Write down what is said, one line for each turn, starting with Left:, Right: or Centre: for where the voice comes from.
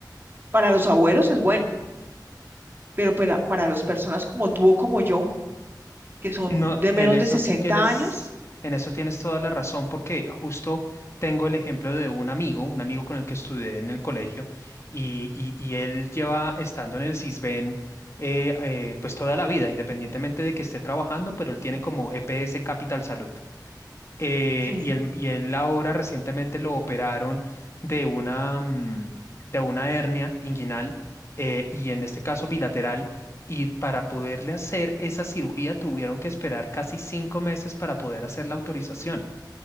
Right: para los abuelos es bueno, pero para, para las personas como tú o como yo, que son
Left: No,
Right: de menos
Left: en eso
Right: de 60
Left: sí tienes,
Right: años,
Left: en eso tienes toda la razón, porque justo tengo el ejemplo de un amigo, un amigo con el que estudié en el colegio, y, y- y él lleva estando en el Sisbén eh, eh, pues toda la vida, independientemente de que esté trabajando, pero él tiene como EPS Capital Salud eh,
Right: sí.
Left: y él, y él ahora recientemente lo operaron de una, mm, de una hernia inguinal eh, y en este caso bilateral. Y para poderle hacer esa cirugía tuvieron que esperar casi cinco meses para poder hacer la autorización.